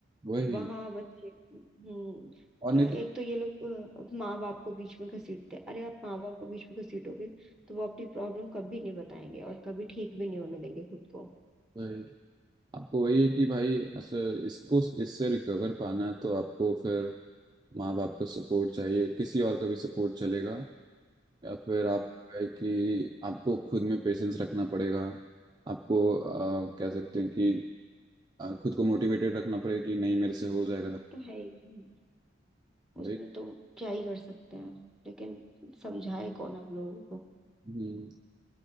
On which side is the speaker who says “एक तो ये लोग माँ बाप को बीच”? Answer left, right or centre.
Centre